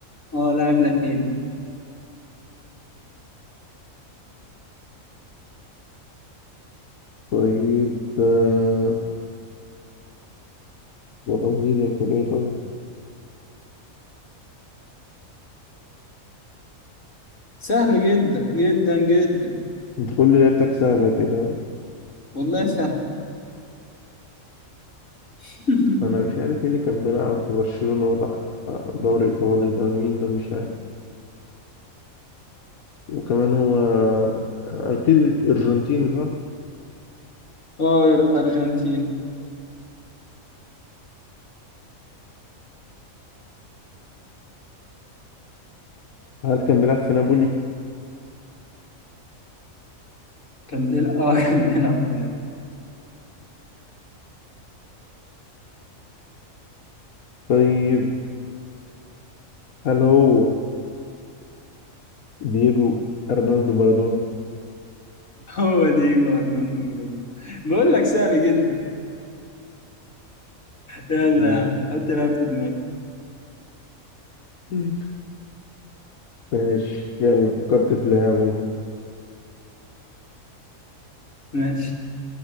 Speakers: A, on the left (about 65°); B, on the left (about 85°).
A: أه لاعب لاتيني
B: طيب آه، برازيلي يكون إيه طيب؟
A: سهل جدا جدا جدا
B: أنت كل لعبتك سهلة كده
A: والله سهل <laughs>
B: أنا مش عارف مين اللي كان بيلعب في برشلونة وراح دوري إيطالي ده مين ده مش عارف وكمان هو آه، أكيد أرجنتيني صح؟
A: أه أرجنتين
B: هل كان بيلعب في نابولي؟
A: كان بيلعب أه <laughs> كان بيلعب هناك <laughs>
B: طيب هل هو دييجو أرنالدو مارادونا؟
A: هو دييجو أرماندو مارادونا بقول لك سهل جدا يلا
B: يلا.
A: يا عم حط لاعب في دماغك
B: مم. ماشي يلا فكرت في لعبه
A: ماشي